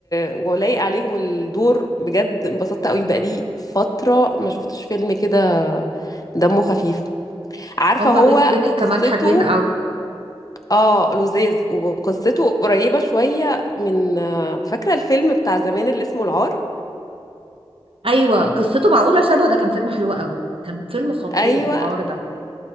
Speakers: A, on the left; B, on the right.
A: ولايق عليهم الدور بجد انبسطت قوي بقالي فترة ما شفتش فيلم كده دمه خفيف عارفة
B: هما
A: هو
B: بيني وبينك كمان
A: قصته
B: حلوين قوي
A: اه لذيذ وقصته قريبة شوية من فاكرة الفيلم بتاع زمان اللي اسمه العار
B: ايوه قصته معقوله شبه ده كان فيلم حلو قوي كان فيلم خطير
A: ايوه
B: العار ده